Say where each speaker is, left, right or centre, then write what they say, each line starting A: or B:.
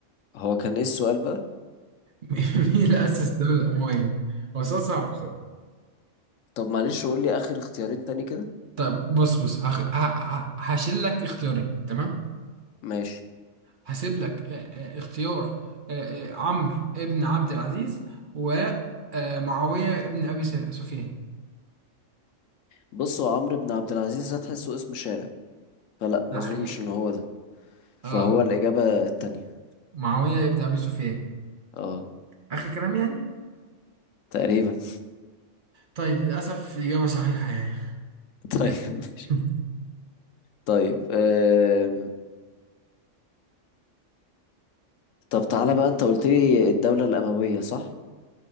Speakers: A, on the left; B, on the right.
A: هو كان ايه السؤال بقى
B: <laughs> مين اللي اسس الدوله الامويه هو سؤال صعب
A: طب معلش قول لي اخر اختيارين تاني كده
B: طب بص بص هخ... ه... ه... هشيل لك اختيارين تمام
A: ماشي
B: هسيب لك آه، آه، اختيار آه، آه، عمرو ابن عبد العزيز ومعاوية ابن أبي س- سفيان
A: بص هو عمرو بن عبد العزيز ده تحسه اسم شارع فلا ما
B: ده
A: اظنش
B: حقيقي
A: ان هو ده
B: اه
A: فهو الاجابة التانية
B: معاوية ابن أبي سفيان
A: اه
B: آخر كلام يعني
A: تقريبا
B: طيب للأسف الإجابة صحيحة يعني
A: <laughs> طيب
B: ماشي
A: ماشي
B: <laughs>
A: طيب آم، طب تعالى بقى انت قلت لي الدولة الأموية صح